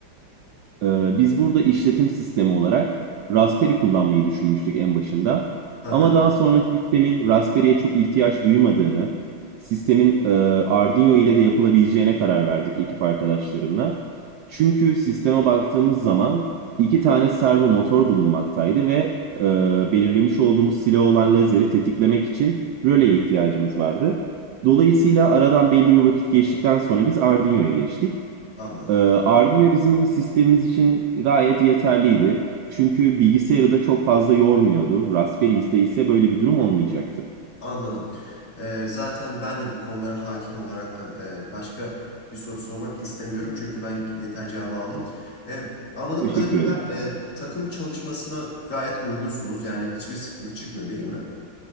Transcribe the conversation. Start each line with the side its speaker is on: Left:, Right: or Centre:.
Right: Ee, biz burada işletim sistemi olarak Raspberry kullanmayı düşünmüştük en başında.
Left: Hı hı,
Right: Ama daha sonra sistemin Raspberry'e çok ihtiyaç duymadığını, sistemin e, Arduino ile de yapılabileceğine karar verdik ekip arkadaşlarımla. Çünkü sisteme baktığımız zaman iki tane servo motor bulunmaktaydı ve e, belirlemiş olduğumuz silah olan lazeri tetiklemek için röleye ihtiyacımız vardı. Dolayısıyla aradan belli bir vakit geçtikten sonra biz Arduino'ya geçtik.
Left: anladım.
Right: Ee, Ardino bizim sistemimiz için gayet yeterliydi. Çünkü bilgisayarı da çok fazla yormuyordu. Raspberry'de ise böyle bir durum olmayacaktı.
Left: Anladım. Ee, zaten ben de bu konulara hakim olaraktan e, başka bir soru sormak istemiyorum. Çünkü ben yeter cevabı aldım. Ee, anladığım
Right: Teşekkür
Left: kadarıyla
Right: ederim.
Left: e, takım çalışmasına gayet uygunsunuz. Yani hiçbir sıkıntı çıkmıyor değil mi?